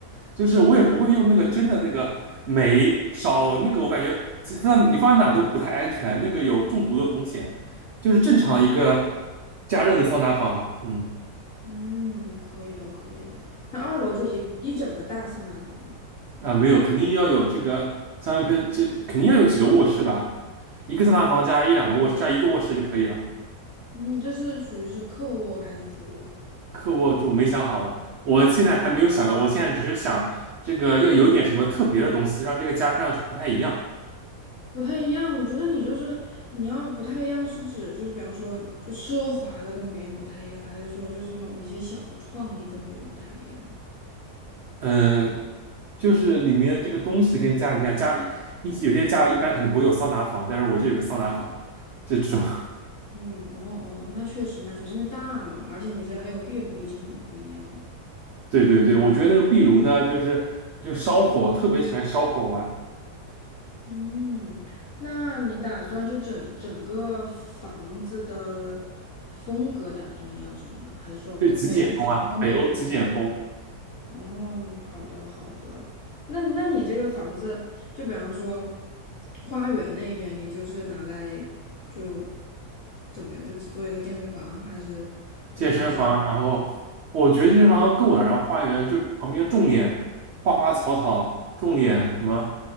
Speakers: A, on the right; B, on the left.
A: 就是我也不会用那个真的那个煤烧那个，我感觉这放你放在哪儿都不太安全，那个有中毒的风险。就是正常一个加热的桑拿房，嗯
B: 嗯，可以的，可以的。那二楼就一一整个大桑拿房了。
A: 啊没有，肯定要有这个相应配，这肯定要有几个卧室吧，一个桑拿房加一两个卧室加一个卧室就可以了。
B: 嗯，这是属于是客卧还是主卧？
A: 客卧就没想好了，我现在还没有想到，我现在只是想这个要有点什么特别的东西，让这个家看上去不太一样。
B: 不太一样，我觉得你就是你要不太一样，是指就是比方说就奢华的跟别人不太一样，还是说就是某一些小的创意跟别人不太一样呢？
A: 嗯，就是里面这个东西跟家里，你看家里一有些家里一般可能不会有桑拿房，但是我就有个桑拿房，这种。<laughs>
B: 嗯，哦哦哦，那确实，那确实，因为大嘛，而且你这还有壁炉，已经很不一样了。
A: 对对对，我觉得那个壁炉呢，就是就烧火，特别喜欢烧火玩，
B: 嗯，那你打算就整整个房子的风格打算要什么呢？还是说每一层跟每一层？
A: 就极简风啊，北欧极简风，
B: 哦，好的好的，那那你这个房子，就比方说花园那边，你就是拿来就怎么样，就只做一个健身房，还是就还是要？
A: 健身房，然后我觉得健身房够了，然后花园就旁边种点花花草草，种点什么